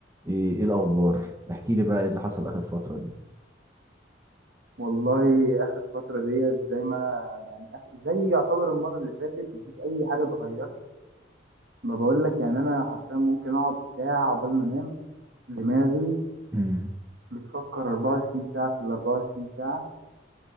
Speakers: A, on the right; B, on the right.
A: ايه إيه الاخبار احكي لي بقى ايه اللي حصل اخر فتره دي
B: والله اخر فتره ديت زي ما انا يعني آخ- زي يعتبر المره اللي فاتت مفيش اي حاجه اتغيرت ما بقول لك يعني انا حرفيا ممكن اقعد ساعه قبل ما انام دماغي
A: امم
B: بتفكر 24 ساعه في ال 24 ساعه